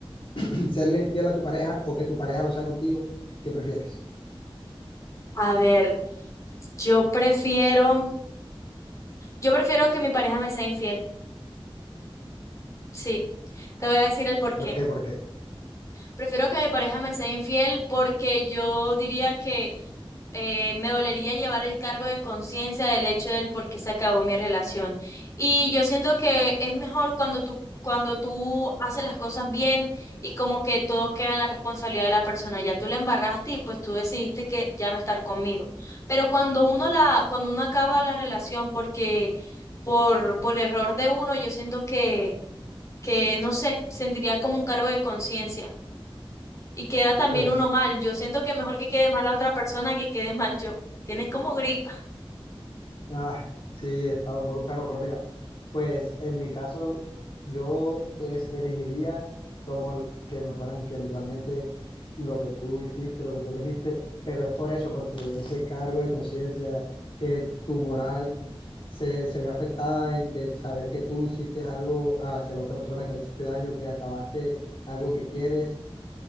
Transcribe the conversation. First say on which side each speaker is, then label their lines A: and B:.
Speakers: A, on the left; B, on the left.
A: <clears throat> serle infiel a tu pareja o que tu pareja lo sea contigo, ¿qué prefieres?
B: a ver, yo prefiero... Yo prefiero que mi pareja me sea infiel. Sí, te voy a decir el por qué.
A: ¿Por qué? ¿Por qué?
B: Prefiero que mi pareja me sea infiel porque yo diría que eh, me dolería llevar el cargo de conciencia del hecho del por qué se acabó mi relación. Y yo siento que es mejor cuando tú, cuando tú haces las cosas bien y como que todo queda en la responsabilidad de la persona. Ya tú la embarraste y pues tú decidiste que ya no estar conmigo. Pero cuando uno la, cuando uno acaba la relación porque por, por error de uno, yo siento que que no sé, sentiría como un cargo de conciencia y queda también
A: Pues
B: uno mal. Yo siento que mejor que quede mal la otra persona que quede mal yo. Tienes como gripa.
A: Ah, sí, he estado un poco enfermo, pero mira, pues en mi caso, yo pues elegiría como el- que me fueran infiel. Igualmente, lo que tú hiciste, lo que tú elegiste, pero es por eso, porque ese cargo de conciencia, que tu moral se, se ve afectada en que saber que tú hiciste algo hacia la otra persona que le hiciste daño, que acabaste algo que quieres,